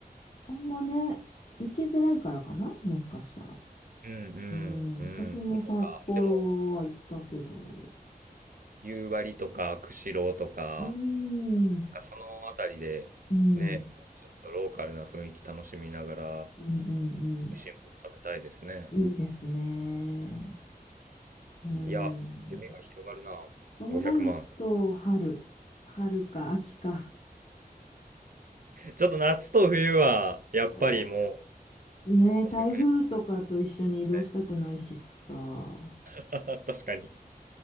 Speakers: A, on the left; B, on the right.
A: あんまね、行きづらいからかな、もしかしたら。
B: うんうんうん。
A: うん。私も札幌は行ったけど、
B: なんか、でも、夕張とか、釧路とか、
A: うーん、
B: なんかそのあたりでね、
A: うん、うん、
B: ちょっとローカルな雰囲気楽しみながら、
A: うん、
B: 美味しいもの食べたいですね。
A: うん。いいですね。うん。
B: うんいや、夢が広がるな。
A: そうなると、
B: 500万。
A: 春、春か秋か。
B: ちょっと夏と冬は、やっぱりもう、
A: うんね、
B: ここ数
A: 台風とかと一緒に移動したくないしさ。
B: 年ね。<laughs> 確かに。